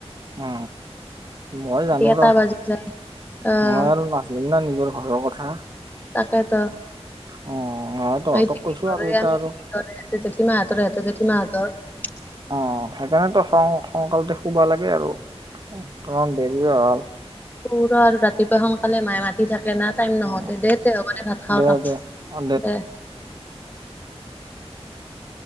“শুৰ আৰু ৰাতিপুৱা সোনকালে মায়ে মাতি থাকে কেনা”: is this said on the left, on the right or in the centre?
Left